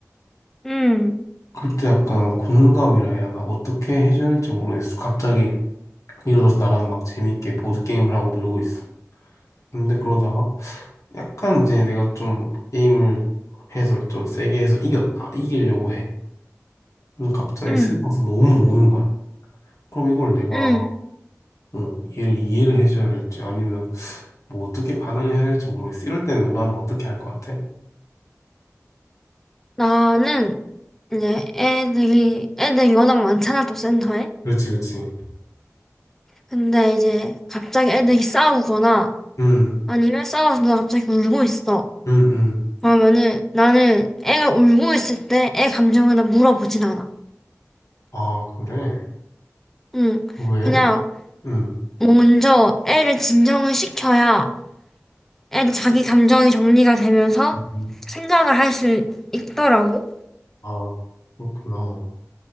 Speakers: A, in the centre; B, on the left (about 70°).
A: 응,
B: 그때 약간 공감이라 해야 하나? 어떻게 해줘야 할지 모르겠어. 갑자기 예를 들어서 나랑 막 재밌게 보드게임을 하고 놀고 있어. 근데 그러다가 약간 이제 내가 좀 게임을 해서 좀 세게 해서 이겼다. 이기려고 해. 그럼 갑자기
A: 응,
B: 슬퍼서 너무 우는 거야. 그럼 이걸 내가
A: 응.
B: 어, 얘를 이해를 해줘야 할지 아니면 뭐 어떻게 반응해야 할지 모르겠어. 이럴 땐 너라면 어떻게 할 것 같아?
A: 나는 이제 애들이, 애들이 워낙 많잖아, 또 센터에.
B: 그렇지, 그렇지.
A: 근데 이제 갑자기 애들이 싸우거나
B: 응,
A: 아니면 싸워서 누가 갑자기 울고 있어.
B: 응, 응.
A: 그러면은 나는 애가 울고 있을 때 애 감정을 나 물어보진 않아.
B: 아, 그래?
A: 응,
B: 어, 왜?
A: 그냥
B: 응.
A: 먼저 애를 진정을 시켜야 애도 자기 감정이 정리가 되면서
B: 음.
A: 생각을 할 수 있더라고.
B: 아, 그렇구나.